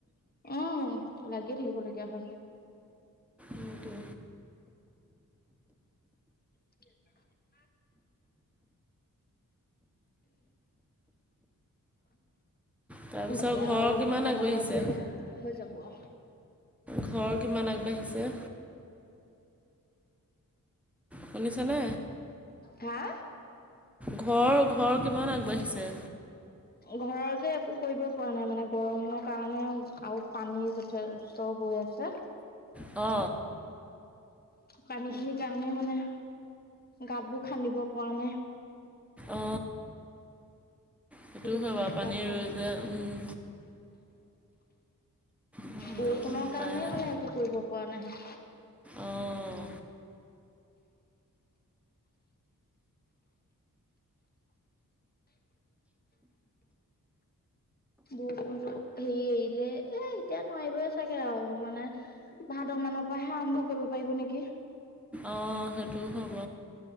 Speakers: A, on the left; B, in the centre.
A: অ লাগিয়ে থাকিবলগীয়া হয়।
B: মোৰটো
A: <unintelligible>
B: তাৰপিছত
A: এতিয়া
B: ঘৰ
A: আও
B: কিমান
A: দুটামানত
B: আগবাঢ়িছে
A: দিলে হৈ যাব আও।
B: ঘৰ কিমান আগবাঢ়িছে? শুনিছনে?
A: হা?
B: ঘৰ ঘৰ কিমান আগবাঢ়িছে?
A: ঘৰত যে একো কৰিব পৰা নাই মানে গৰমৰ কাৰণে আৰু পানী যথেষ্ট হৈ আছ- চা
B: অ।
A: পানী খিনিৰ কাৰণে মানে গাতবোৰ খান্দিব পৰা নাই।
B: অ সেইটো হয়
A: কথা
B: বাও পানী
A: গাঁত খান্দি
B: ৰৈ যে, ওম। হ'লেও
A: বৰষুণৰ
B: উপায়
A: কাৰণে
B: নাই
A: মানে একো কৰিব পৰা নাই।
B: অঁ
A: বৰষুণতো হেৰি এৰিলে এ এতিয়া নোৱাৰিবই চাগে আও মানে ভাদ মানৰ পৰাহে আৰম্ভ কৰিব পাৰিব নেকি।
B: অ সেইটো হ'ব।